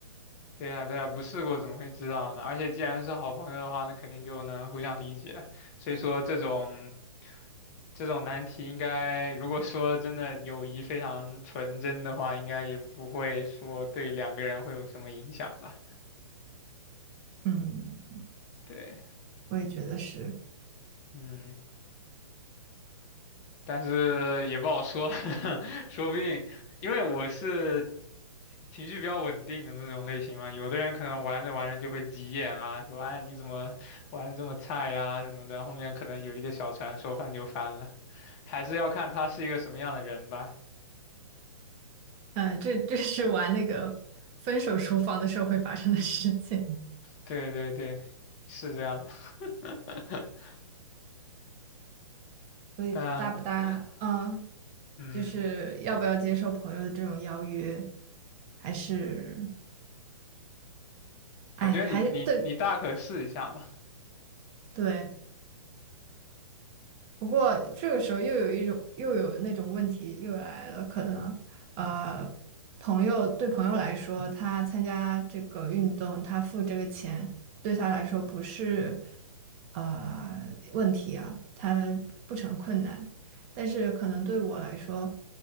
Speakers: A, on the left; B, on the right.
A: 对啊，对啊，不试过怎么会知道呢？而且既然是好朋友的话，那肯定就能互相理解。所以说这种这种难题，应该如果说真的友谊非常纯真的话，应该也不会说对两个人会有什么影响吧。
B: 嗯，
A: 对，
B: 我也觉得是，
A: 嗯，但是也不好说，<laughs> 说不定，因为我是情绪比较稳定的那种类型嘛，有的人可能玩着玩着就会急眼啊，说哎你怎么玩这么菜呀、什么的，后面可能有一个小船说翻就翻了，还是要看他是一个什么样的人吧。
B: 嗯、这这是玩那个分手厨房的时候会发生的事情。
A: 对对对，是这样的，<laughs>
B: 所以搭不搭，
A: 但对，
B: 嗯，
A: 嗯，
B: 就是要不要接受朋友的这种邀约，还是，哎，
A: 我觉得你你你大可试一下嘛，
B: 还对对。不过这个时候又有一种又有那种问题又来了，可能呃，朋友对朋友来说，他参加这个运动，他付这个钱对他来说不是呃问题啊，他不成困难。但是可能对我来说，